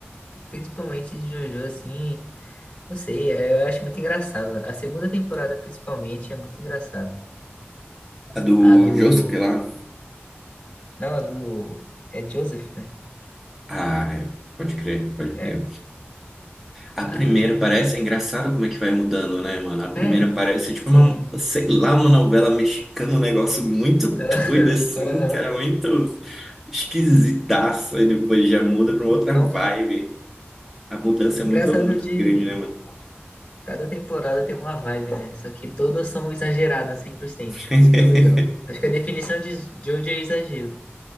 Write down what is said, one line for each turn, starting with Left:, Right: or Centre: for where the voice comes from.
Left: principalmente de Jojo, assim, não sei, é, eu acho muito engraçado. A segunda temporada, principalmente, é muito engraçada.
Centre: A do
Left: A do.
Centre: Josuke lá?
Left: Não, a do. É Joseph, né?
Centre: Ah, é. Pode crer, pode
Left: É.
Centre: crer. A
Left: A...
Centre: primeira parece. É engraçado como é que vai mudando, né, mano? A primeira
Left: É,
Centre: parece tipo
Left: sim.
Centre: uma, sei lá, uma novela mexicana, um negócio muito
Left: <laughs>
Centre: doido, assim,
Left: Aham.
Centre: cara, muito esquisitaço. E depois já muda pra uma
Left: Então,
Centre: outra vibe. A mudança é
Left: Engraçado
Centre: muito, muito
Left: de.
Centre: grande, né, mano?
Left: Cada temporada tem uma vibe, né? Só que todas são exageradas 100%.
Centre: <laughs>
Left: Isso que é o legal. Acho que a definição de Jojo é exagero.